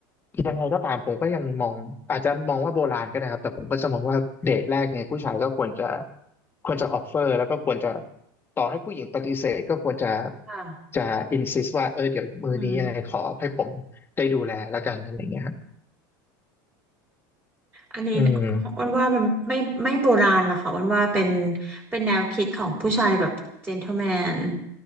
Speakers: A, on the left; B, on the right.
A: ยังไงก็ตามผมก็ยังมองอาจจะมองว่าโบราณก็ได้ครับแต่ผมก็จะมองว่าเดทแรกเนี่ยผู้ชายก็ควรจะควรจะออฟเฟอร์แล้วก็ควรจะต่อให้ผู้หญิงปฏิเสธก็ควรจะ
B: ค่ะ
A: จะอินซิสว่าเออเดี๋ยวมือนี้ยังไงขอให้ผมได้ดูแลแล้วกันอะไรเงี้ยครับ
B: อืม อันนี้
A: อืม
B: อ้วนว่ามันไม่ไม่โบราณหรอกค่ะอ้วนว่าเป็นเป็นแนวคิดของผู้ชายแบบเจน t l e m แมน